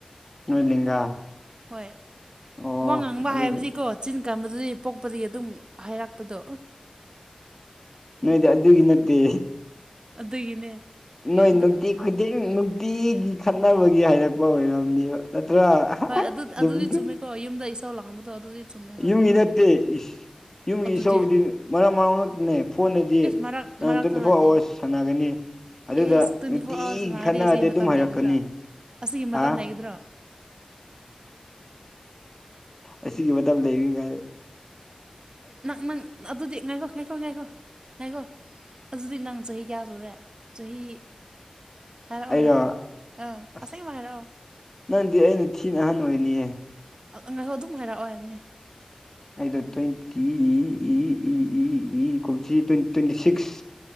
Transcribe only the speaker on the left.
ꯅꯣꯏ ꯂꯦꯡꯒꯥ
ꯑꯣ
ꯑꯗꯨꯗꯤ
ꯅꯣꯏꯗꯤ ꯑꯗꯨꯒꯤ ꯅꯠꯇꯦ
ꯅꯣꯏ ꯅꯨꯡꯇꯤ
ꯈꯨꯗꯤꯡ ꯇꯤꯒꯤ ꯈꯠꯅꯕꯒꯤ ꯍꯥꯏꯔꯛꯄ ꯑꯣꯏꯔꯝꯅꯦꯕ ꯅꯠꯇ꯭ꯔꯥ
ꯆꯨꯝꯒ꯭ꯔꯦ
ꯌꯨꯝꯒꯤ ꯅꯠꯇꯦ ꯌꯨꯝꯒꯤ
ꯏꯥꯎꯁꯕꯨꯗꯤ ꯃꯔꯛ ꯃꯔꯛ ꯃꯔꯛꯇꯅꯦ ꯐꯣꯟꯗꯗꯤ
ꯅꯪ
ꯇ꯭ꯋꯦꯟꯇꯤ
ꯐꯣꯔ ꯑꯋꯥꯔꯁ ꯁꯥꯟꯅꯒꯅꯤ ꯑꯗꯨꯗ
ꯅꯨꯡꯇꯤꯒꯤ
ꯈꯠꯅꯔꯗꯤ
ꯑꯗꯨꯝ
ꯍꯥꯏꯔꯛꯀꯅꯤ
ꯍꯥ
ꯑꯁꯤꯒꯤ ꯃꯇꯝ ꯂꯩꯔꯤ ꯀꯥꯟꯗ
ꯑꯩꯔꯣ
ꯑꯁ
ꯅꯪꯗꯤ ꯑꯩꯅ ꯊꯤꯅ ꯑꯍꯟ ꯑꯣꯏꯅꯤꯌꯦ
ꯑꯩꯗꯣ ꯇ꯭ꯋꯦꯟꯇꯤ ꯏ ꯏ ꯏ ꯏ ꯏ ꯀꯨꯝꯁꯤ ꯇ꯭ꯋꯦꯟ ꯇ꯭ꯋꯦꯟꯇꯤ ꯁꯤꯛꯁ